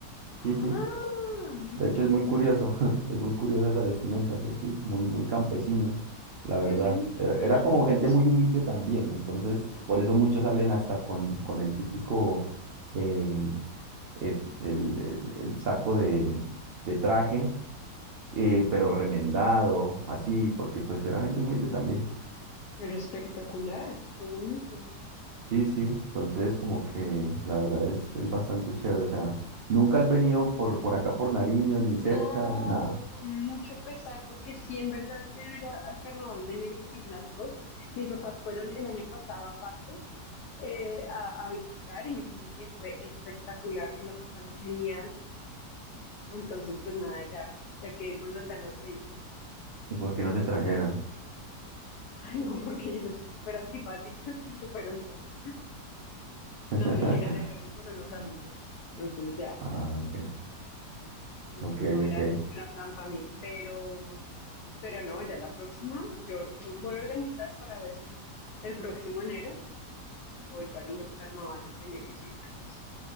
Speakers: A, on the left; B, on the right.
A: Ah,
B: Sí, sí.
A: mira,
B: De hecho
A: qué
B: es muy
A: bueno.
B: curioso, <laughs> es muy curiosa esa vestimenta, pues sí, muy, muy campesina, la verdad.
A: Qué bonito,
B: Era,
A: pero
B: era
A: es
B: como
A: hermoso.
B: gente muy humilde también, entonces por eso muchos salen hasta con, con el típico, eh, eh, el, el- el saco de, de traje, eh, pero remendado, así, porque pues era gente humilde también.
A: Pero espectacular, qué bonito.
B: Sí, sí, entonces como que la verdad es, es bastante chévere, o sea, nunca has venido por, por acá por Nariño, ni cerca,
A: No,
B: nada.
A: con mucho pesar, porque sí, en verdad quiero ir a- al carnaval de negros y blancos. Mis papás fueron el año pasado a Pasto eh, a, a visitar y me dijeron que fue espectacular, que la pasaron genial. Entonces, pues nada, ya, ya quedé con las ganas de ir. <laughs>
B: ¿Y por qué no te trajeron?
A: Ay, no, porque ellos son súper antipáticos y súper <laughs> solos. No,
B: <laughs>
A: mentira, se fueron con unos amigos. Entonces ya,
B: Ah, ok,
A: no,
B: ok,
A: no era,
B: ok.
A: no era plan para mí, pero, pero no, ya la próxima, yo vo- voy a organizar para ver si el próximo enero voy para los carnavales de negros y blancos.